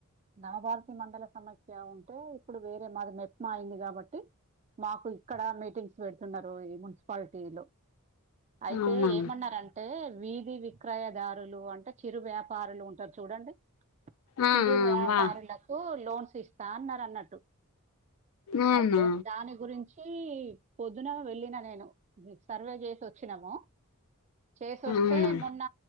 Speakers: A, on the right; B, on the left.
A: నవభారతి మండల సమస్య ఉంటే ఇప్పుడు వేరే మాది మెప్మా అయింది కాబట్టి మాకు ఇక్కడ మీటింగ్స్ పెడుతున్నారు ఈ మున్సిపాలిటీ లో అయితే
B: అవునా
A: ఏమన్నారం టే వీధి విక్రయదారులు అంటే చిరు వ్యాపారులు ఉంటారు చూడండి
B: ఆ
A: చిరు వ్యాపారులకు
B: వా
A: లోన్స్ ఇస్తా అన్నరు అన్నట్టు
B: అవునా
A: అయితే దాని గురించి పొదున వెళ్ళిన నేను సర్వే చేసి వచ్చినాము చేసి వస్తే
B: అవునా
A: మొన్న